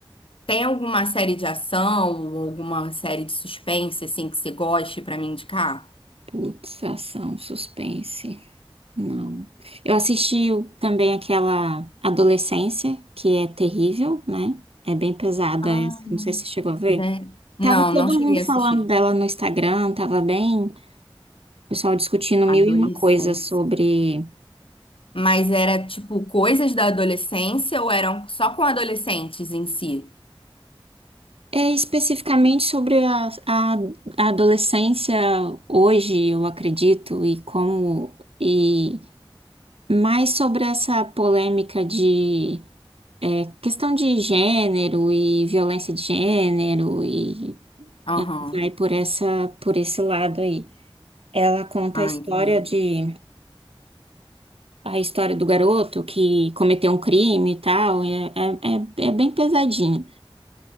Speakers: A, on the left; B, on the right.
A: Tem alguma série de ação ou alguma série de suspense, assim, que você goste pra me indicar?
B: Putz, ação, suspense. Não. Eu assisti o- também aquela Adolescência, que é terrível, né? É bem pesada
A: Ah,
B: essa. Não sei se você chegou a ver.
A: Sério? Não,
B: Tava todo
A: não cheguei
B: mundo
A: a
B: falando
A: assistir.
B: dela no Instagram, tava bem, o pessoal discutindo mil
A: Adolescência.
B: e uma coisas sobre,
A: Mas era, tipo, coisas da adolescência ou eram só com adolescentes em si?
B: é, especificamente sobre a, a- a adolescência hoje, eu acredito, e como, e mais sobre essa polêmica de, é, questão de gênero e violência de gênero e
A: Aham.
B: vai por essa, por esse lado aí. Ela conta
A: Ah,
B: a história
A: entendi.
B: de a história do garoto que cometeu um crime e tal, é, é, é, é bem pesadinha,